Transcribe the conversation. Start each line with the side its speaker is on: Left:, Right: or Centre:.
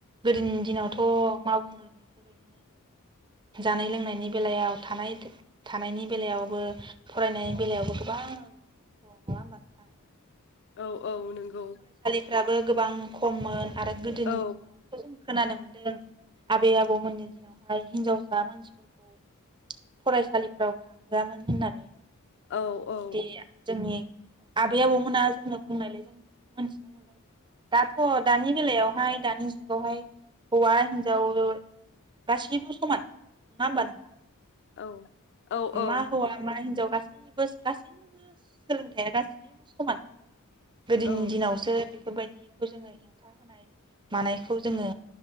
Right: गोदोनि दिनावथ' मा बुंनो बेफोरबायदि जानाय लोंनायनि बेलायाव थानाय थानायनि बेलायावबो फरायनायनि बेलायावबो गोबां खस्थ' नङा होमबा नोंथां
Left: औ औ नंगौ
Right: फ्राबो गोबां खममोन आरो गोदोनि
Left: औ
Right: दिनावथ' जों खोनानो मोनदों आबै आबौमोननि दिनावहाय हिनजाव सा मानसिफोरखौ फरायसालिफ्राव थांहोआमोन होननानै बिदि
Left: औ औ
Right: जोंनि आबै आबौमोना जोंनो बुंनायलाय जों मोनथिनो मोनदों दाथ' दानि बेलायावहाय दानि जुगावहाय हौवा हिनजाव ओ गासैबो समान नङा होमबा नोंथां
Left: औ औ औ
Right: मा हौवा मा हिनजाव गासैबो गासैबो सोलोंथाइया गासैबो समान गोदोनि
Left: औ
Right: दिनावसो बेफोरबायदिखौ जोङो हेंथा होनाय मानायखौ जोङो